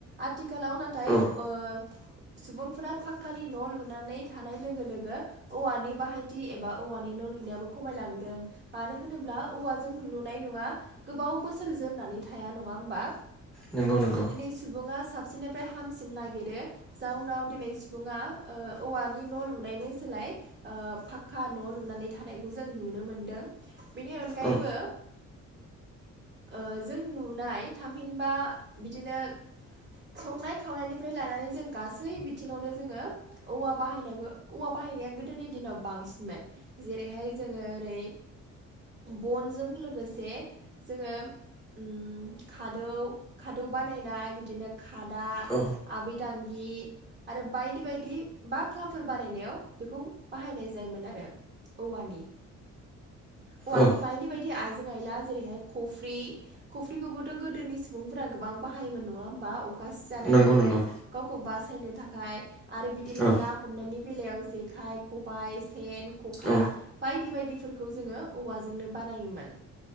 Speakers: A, on the right; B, in the centre.
A: आथिखालाव नाथाय
B: औ
A: ओ सुबुंफोरा फाखकानि न' लुनानै थानाय लोगो लोगो औवानि बाहायथि एबा औवानि न' लुनायाबो खमायलांदों। मानो होनोब्ला औवाजों लुनाय न'वा गोबाव बोसोर जोरनानै थाया नङा होमबा।
B: नंगौ नंगौ।
A: दिनै सुबुङा साबसिननिफ्राय हामसिन नागिरो जउनाव दिनै सुबुङा ओ औवानि न' लुनायनि सोलाय फाखक्का न' लुनानै थानायखौ जों नुनो मोनदों। बेनि अनगायैबो
B: औ
A: ओ जों नुनाय थामहिनबा बिदिनो संनाय-खावनायनिफ्राय लानानै जों गासै बिथिंङावनो जोंङो औवा बाहायनायखो औवा बाहायनाया गोदोनि दिनाव बांसिनमोन। जेरैहाय जोङो ओरै बनजों लोगोसे जोङो उम खादौ खादौ बानायनाय बिदिनो खादा
B: औ।
A: आबैदांगि आरो बायदि बायदि बाक्लाफोर बानायनायाव बेखौ बाहायनाय जायोमोन आरो। औवानि। औवानि
B: औ
A: बायदि बायदि आइजें-आइला जेरैहाय कफ्रि कफ्रिखौबोथ' गोदोनि सुबुंफोरा गोबां बाहायोमोन नङा होमबा? अखा सिजानायनिफ्राय
B: नंगौ नंगौ
A: गावखौ बासायनो थाखाय आरो बिदिनो
B: औ
A: ना हमनायनि बेलायाव जेखाइ, खबाइ, सेन, खखा
B: औ
A: बायदि बायदिफोरखौ जोङो औवाजोंनो बानायोमोन।